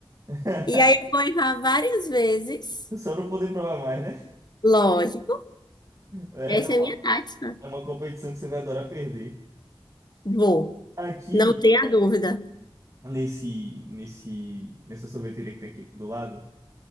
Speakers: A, on the right; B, on the left.
A: <laughs>
B: E aí eu vou errar várias vezes.
A: Só pra eu poder provar mais, né?
B: Lógico.
A: É
B: Essa
A: é uma
B: é minha tática.
A: é uma competição que você vai adorar perder.
B: Vou,
A: Aqui,
B: não tenha dúvida.
A: nesse, nesse, nessa sorveteria que tem aqui do lado,